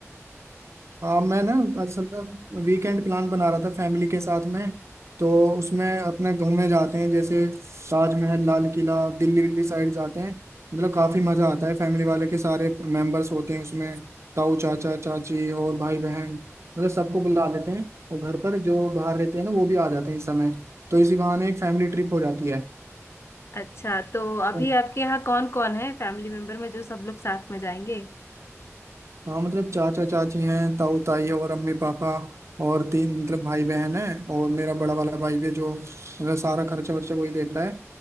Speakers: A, on the right; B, on the left.
A: हाँ मैं ना असल में वीकेंड प्लान बना रहा था फैमिली के साथ में तो उसमें अपने घूमने जाते हैं जैसे ताजमहल लाल किला दिल्ली विल्ली साइड जाते हैं मतलब काफ़ी मज़ा आता है फैमिली वाले के सारे मेंबर्स होते हैं उसमें ताऊ चाचा चाची और भाई बहन मतलब सबको बुला लेते हैं और घर पर जो बाहर रहते हैं ना वो भी आ जाते हैं इस समय तो इसी बहाने एक फैमिली ट्रिप हो जाती
B: अच्छा तो अभी
A: है
B: आपके यहाँ कौन कौन है फैमिली मेंबर में जो सब लोग साथ में जाएंगे
A: हाँ मतलब चाचा चाची हैं ताऊ ताई और अम्मी पापा और तीन मतलब भाई बहन हैं और मेरा बड़ा वाला भाई भी है जो मतलब सारा खर्चा वर्चा वही देता है